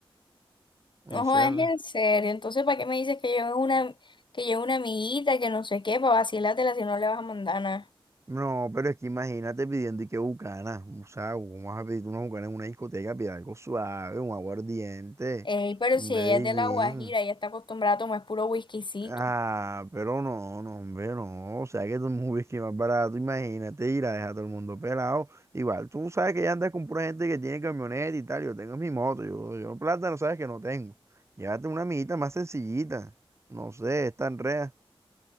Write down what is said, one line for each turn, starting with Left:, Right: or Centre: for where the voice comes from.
Left: No,
Right: No sé,
Left: es
Right: no.
Left: en serio. Entonces, ¿para qué me dices que llevo una, que llevo una amiguita, que no sé qué, para vacilártela si no le vas a mandar nada?
Right: No, pero es que imagínate pidiendo y que bucana. O sea, ¿cómo vas a pedir una bucana en una discoteca? Pide algo suave, un aguardiente,
Left: Ey, pero
Right: un
Left: si
Right: Medellín.
Left: ella es de La Guajira, ella está acostumbrada a tomar puro whiskycito.
Right: Ah, pero no, no, hombre, no. O sea, que tú es un whisky más barato, imagínate ir a dejar a todo el mundo pelado. Igual, tú sabes que ya andas con pura gente que tiene camioneta y tal. Yo tengo mi moto, yo, yo plata, no sabes que no tengo. Llévate una amiguita más sencillita. No sé, es tan rea.